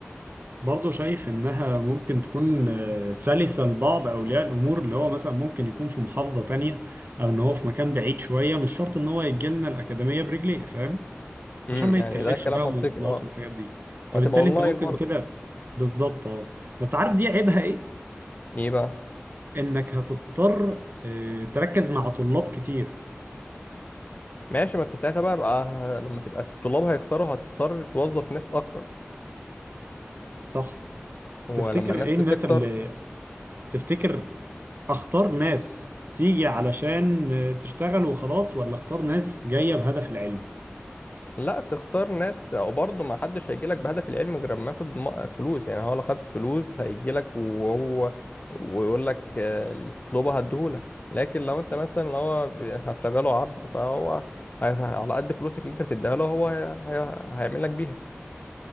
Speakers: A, on the right; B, on the left.
A: برضه شايف إنها ممكن تكون آه، سلسة لبعض أولياء الأمور اللي هو مثلا ممكن يكون في محافظة تانية أو إن هو في مكان بعيد شوية مش شرط إن هو يجي لنا الأكاديمية برجليه فاهم؟
B: امم
A: عشان ما يتكلفش
B: يعني ده كلام
A: بقى
B: منطقي
A: مواصلات
B: اه
A: والحاجات دي فبالتالي
B: وهتبقى اونلاين
A: أنت ممكن
B: برضه
A: كده بالظبط اه بس عارف دي عيبها إيه؟
B: ايه بقى
A: إنك هتضطر آه، تركز مع طلاب كتير
B: ماشي ما انت ساعتها بقى, بقى لما تبقى الطلاب هيكتروا هتضطر توظف ناس اكتر
A: صح؟
B: ولما
A: تفتكر
B: الناس
A: ايه الناس
B: تكتر
A: اللي تفتكر اختار ناس تيجي علشان تشتغل وخلاص ولا اختار ناس جاية بهدف العلم
B: لا تختار ناس وبرضه ما حدش هيجي لك بهدف العلم غير ما ياخد م- فلوس يعني هو لو خد فلوس هيجي لك وهو ويقول لك آه، اللي تطلبه هديهولك لكن لو انت مثلا لو هو ب- هتشغله عبد فهو هي- على قد فلوسك اللي انت بتديها له هو هي- هي- هيعمل لك بيها